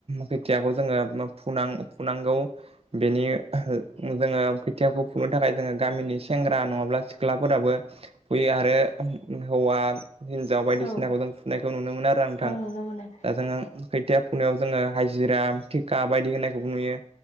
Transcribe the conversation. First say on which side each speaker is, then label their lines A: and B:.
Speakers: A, on the right; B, on the left.
A: खोथियाखौ जोङो फुनां फुनांगौ। बेनि अह जोङो खोथियाखौ फुनो थाखाय जोङो गामिनि सेंग्रा नङाब्ला सिख्लाफोराबो फुयो आरो हौवा हिनजाव बायदिसिनाखौ
B: औ
A: जों फुनायखौ नुनो मोनो आरोना नोंथां।
B: औ नुनो मोनो
A: दा जोङो खोथिया फुनायाव जोङो हाजिरा-थिखा बायदि होनायखौबो नुयो।